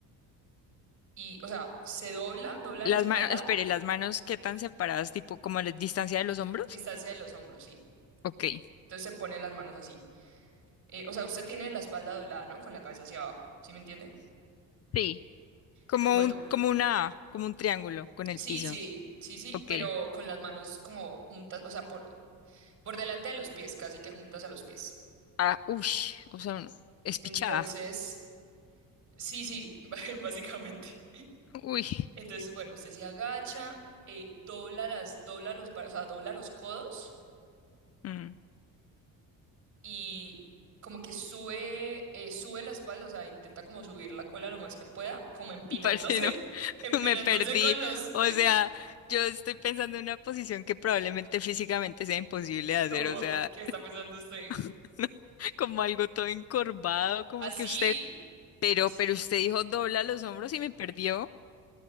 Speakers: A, on the right; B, on the left.
A: y, o sea, se dobla, dobla
B: Las
A: la espalda,
B: manos, espere, las manos qué tan separadas, tipo como la distancia de los hombros?
A: distancia de los hombros, sí.
B: Ok.
A: Entonces se pone las manos así. Eh, o sea, usted tiene la espalda doblada, ¿no? Con la cabeza hacia abajo, ¿sí me entiende?
B: Sí. Como
A: Entonces, bueno,
B: un, como una A, como un triángulo con el
A: sí,
B: piso.
A: sí, sí, sí,
B: Ok.
A: pero con las manos como juntas, o sea, por- por delante de los pies, casi que juntas a los pies.
B: Ah, uy, o sea, un- espichada.
A: Entonces, sí, sí, <laughs> básicamente.
B: <laughs> Uy,
A: Entonces, bueno, usted se agacha, eh, dobla las, dobla los, bra- o sea, dobla los codos
B: mm,
A: y como que sube, eh, sube la espalda, o sea, intenta como subir la cola lo más que pueda, como empinándose,
B: parce, no,
A: <laughs>
B: <laughs>
A: empinándose
B: me perdí.
A: con los,
B: O sea, yo estoy pensando en una posición que probablemente físicamente sea imposible
A: <laughs>
B: de hacer,
A: como,
B: o sea,
A: ¿qué está pensando usted?
B: <laughs> no, como algo todo encorvado, como
A: Así,
B: que usted, pero,
A: así.
B: pero usted dijo dobla los hombros y me perdió.